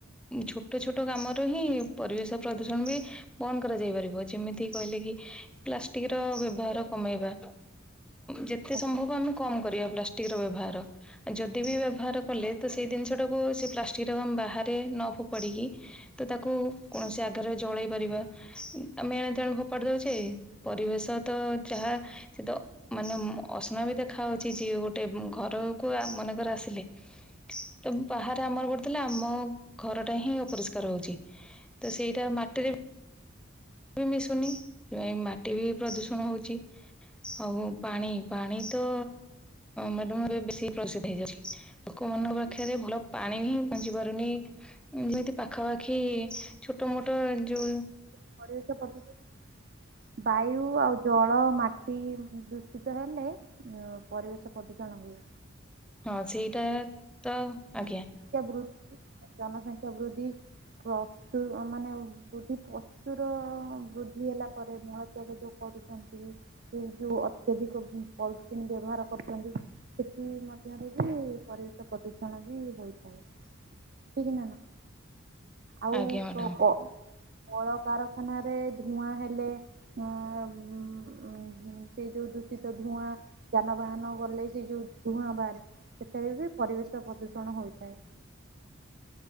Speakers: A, in the centre; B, on the right.
A: ଛୋଟ ଛୋଟ କାମରୁ ହିଁ ପରିବେଶ ପ୍ରଦୂଷଣ ବି ବନ୍ଦ କରାଯାଇ ପାରିବ ଯେମିତି କହିଲେ କି ପ୍ଲାଷ୍ଟିକ ର ବ୍ୟବହାର କମେଇବା। ଯେତେ
B: ଆଜ୍ଞା।
A: ସମ୍ଭବ ଆମେ କମ କରିବା ପ୍ଲାଷ୍ଟିକ ର ବ୍ୟବହାର। ଯଦି ବି ବ୍ୟବହାର କଲେ ତ ସେଇ ଜିନିଷଟାକୁ ସେ ପ୍ଲାଷ୍ଟିକଟାକୁ ଆମେ ବାହାରେ ନ ଫୋପାଡିକି ତ ତାକୁ କୌଣସି ଆଗରେ ଜଳେଇ ପାରିବା। ଆମେ ଏଣେ ତେଣେ ଫୋପାଡି ଦଉଛେ ପରିବେଶ ତ ଯାହା ସେ ତ ମାନେ ଅସନା ବି ଦେଖା ହଉଛି ଯିଏ ଗୋଟେ ଘରକୁ ମନେକର ଆସିଲେ ତ ବାହାରେ ଆମର ପଡୁଥିଲା ଆମ ଘରଟା ହିଁ ଅପରିଷ୍କାର ରହୁଛି। ତ ସେଇଟା ମାଟିରେ ବି ମିଶୁନି ସେଥିପାଇ ମାଟି ବି ପ୍ରଦୂଷଣ ହଉଛି। ଆଉ ପାଣି ପାଣି ତ ମାଧ୍ୟମରେ ଏ ବେଶୀ ପ୍ରଦୂଷିତ ହେଇଯାଉଛି। ଲୋକମାନଙ୍କ ପାଖରେ ଭଲ ପାଣି ହିଁ ପହଞ୍ଚି ପାରୁନି ଯେମିତି ପାଖାପାଖି ଛୋଟ ମୋଟ ଯେଉଁ
B: ପରିବେଶ ପଧୂସ ବାୟୁ ଆଉ ଜଳ ମାଟି ଦୂଷିତ ହେଲେ ପରିବେଶ ପ୍ରଦୂଷଣ ହୁଏ।
A: ହଁ ସେଇଟା ତ ଆଜ୍ଞା।
B: ଜନ ବୃଦ୍ଧି ଜନସଂଖ୍ୟା ବୃଦ୍ଧି ପ୍ରସ୍ତୁ ମାନେ ବୃଦ୍ଧିକ ପ୍ରଚୁର ବୃଦ୍ଧି ହେଲା ପରେ ମଳତ୍ୟାଗ ଯୋଉ କରୁଛନ୍ତି ସେ ଯୋଉ ଅତ୍ୟଧିକ ପଲିଥିନ୍ ବ୍ୟବହାର କରୁଛନ୍ତି ସେଥି ମଧ୍ୟରେ ପରିବେଶ ପ୍ରଦୂଷଣ ବି ହୋଇଥାଏ ଠିକ୍ ନା ନା? ଆଉ
A: ଆଜ୍ଞା ମ୍ୟାଡାମ
B: କୁଅ କୁ କଳକାରଖାନାରେ ଧୂଆଁ ହେଲେ ହଁ ଉଁ ସେଇ ଯୋଉ ଦୂଷିତ ଧୂଆଁ ଯାନବାହାନ ଗଲେ ସେ ଯୋଉ ଧୂଆଁ ବାହାରେ ସେଥିରେ ବି ପରିବେଶ ପ୍ରଦୂଷଣ ହୋଇଥାଏ।